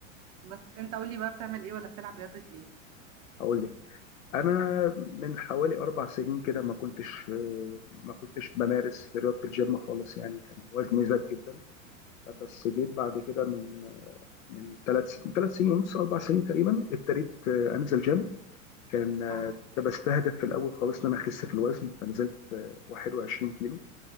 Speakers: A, on the right; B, on the left.
A: بس انت قول لي بقى بتعمل ايه ولا بتلعب رياضة ايه
B: هقول لك انا من حوالي اربع سنين كده ما كنتش ما كنتش بمارس رياضه الجيم خالص يعني كان وزني زاد جدا بس جيت بعد كده من من ثلاث ثلاث سنين ونص اربع سنين تقريبا ابتديت انزل جيم كان
A: اه
B: كنت بستهدف في الاول خالص ان انا اخس في الوزن فنزلت 21 كيلو